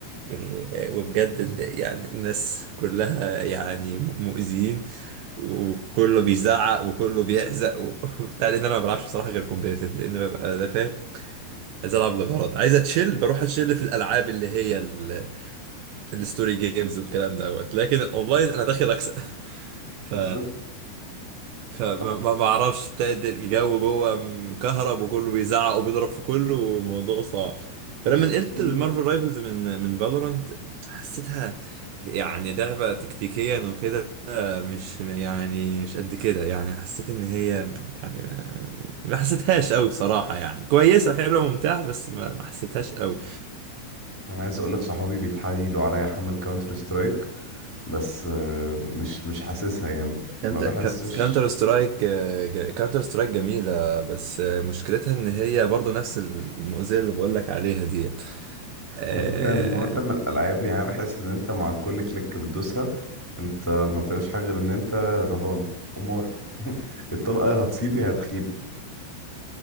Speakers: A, on the right; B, in the centre.
A: وال- وبجد ال- يعني الناس كلها يعني م- مؤذيين وكله بيزعق وكله بيحزق و- <laughs> وبتاع لان انا ما بلعبش بصراحة غير كومبيتيتيف لان ببقى ده فاهم عايز العب لغرض عايز اتشيل بروح اتشيل في الالعاب اللي هي ال- الستوري جيمز والكلام دوت لكن الاونلاين انا داخل اكسب <laughs>
B: بالظبط
A: ف فما
B: لا
A: ما ما اعرفش بتاعت الجو جوه مكهرب وكله بيزعق وبيضرب في كله والموضوع صعب فلما
B: بص
A: نقلت
B: كله
A: المارفل رايفلز من من فالورانت حسيتها يعني لعبة تكتيكيا وكده مش يعني مش قد كده يعني حسيت ان هي يعني ما, ما حسيتهاش قوي بصراحة يعني كويسة حلوة ممتعة بس ما ما حسيتهاش قوي
B: انا عايز اقول لك صحابي بيتحايلوا عليا احمل كاونتر سترايك بس آه، مش مش حاسسها يعني
A: كانت
B: ما بحسش
A: كانتر سترايك كانتر سترايك جميلة بس آه، مشكلتها ان هي برضو نفس المؤذية اللي بقولك عليها دي آه،
B: والفكره ان النوع ده من الالعاب يعني أنا بحس ان انت مع كل كليك بتدوسها انت ما بتعملش حاجه غير ان انت رهان قمار <laughs> الطلقه يا هتصيب يا هتخيب